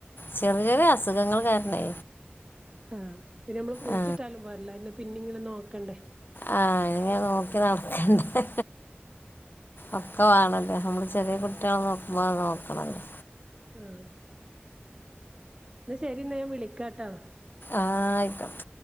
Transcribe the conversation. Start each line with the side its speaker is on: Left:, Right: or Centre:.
Left: ചെറ് ചെറിയ അസുഖങ്ങൾ കാരണേ
Right: ആഹ് പിന്നെ നമ്മള് കുഴിച്ചിട്ടാലും
Left: ആ
Right: പോരല്ലോ അതെന്നെ പിന്നെ ഇങ്ങനെ നോക്കണ്ടേ
Left: ആഹ് അത്ങ്ങനെ നോക്കി നടക്കണ്ടേ ഒക്കെ വാണ ആഹ് നമ്മള് ചെറിയ കുട്ട്യാളെ നോക്കുമ്പോലെ നോക്കണല്ലോ
Right: ആഹ് ഇന്ന ശരിന്നാ ഞാൻ വിളിക്കാട്ടോ
Left: ആഹ് ആയിക്കോട്ട്